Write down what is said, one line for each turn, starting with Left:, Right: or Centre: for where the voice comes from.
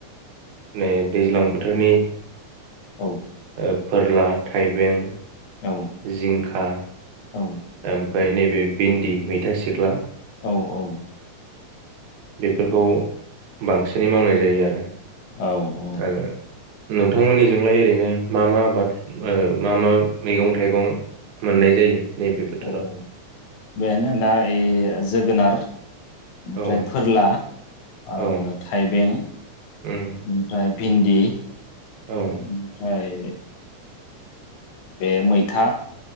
Right: नै दैज्लां बोथोरनि
Left: औ
Right: ओ फोरला थाइबें
Left: औ
Right: जिंखा ओम
Left: औ
Right: ओमफ्राय नैबे भिन्दि मैथा सिख्ला
Left: औ औ
Right: बेफोरखौ बांसिनै मावनाय जायो आरो
Left: औ ओमफ्राय
Right: ओ नोंथांमोननिजोंलाय ओरैनो मा मा आबाद ओ मा मा मैगं थाइगं मोननाय जायो नैबे बोथोराव
Left: औ औ बेनो दा ऐ जोगोनार <inaudible> ओमफ्राय
Right: औ
Left: फोरला ओ
Right: औ
Left: थाइबें
Right: उम
Left: बेनिफ्राय भिन्दि
Right: औ
Left: ओमफ्राय बे मैथा